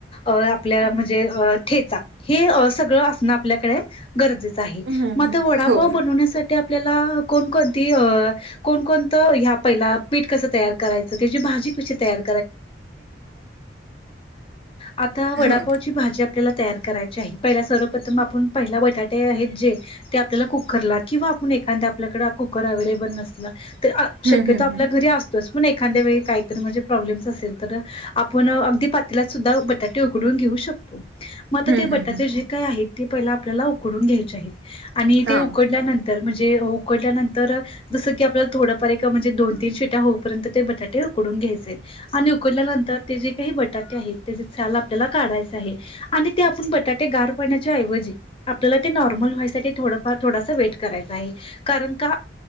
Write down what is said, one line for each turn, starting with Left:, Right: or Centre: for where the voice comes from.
Left: आपल्या म्हणजे ठेचा हे सगळ असण आपल्याकडे गरजेचं आहे
Right: हम्म
Left: आता वडापाव
Right: हो
Left: बनवण्यासाठी आपल्याला कोणकोणती अ कोणकोणतं ह्या पहिला पीठ कसं तयार करायचं त्याची भाजी कशी तयार <inaudible> आता वडापावची
Right: हा
Left: भाजी आपल्याला तयार करायची आहे पहिला सर्वप्रथम आपण पहिला बटाटे आहेत जे ते आपल्याला कुकरला किंवा आपण एखाद्या आपल्याकडे कुकर अव्हेलेबल नसल तर
Right: हम्म
Left: शक्यतो
Right: हम्म
Left: आपल्या घरी असतोच पण एखाद्या वेळी काहीतरी म्हणजे प्रॉब्लेम्स असेल तर आपण अगदी पातीला सुद्धा बटाटे मगं
Right: हम्म
Left: ते
Right: हम्म
Left: बटाटे
Right: हम्म हम्म
Left: जे काय ते प आपल्याला उकडून घ्यायचे आहेत आणि
Right: हा
Left: ते उकडल्यानंतर म्हणजे उकडल्यानंतर जं की आपला थोडंफार ए म्हणजे दोन तीन शिटा होऊपर्यंत ते बटाटे उकडून घ्यायचे आणि उकडल्यानंतर ते जे काही बटाटे आहेत त्याचे ला काढाय आहे आणि ते आप बटाटे गार पण्याच्या ऐवजी आपल्याला ते नॉर्मल व्हायसाठी थोडफ थोडासा वेट करायचा आहे कारण का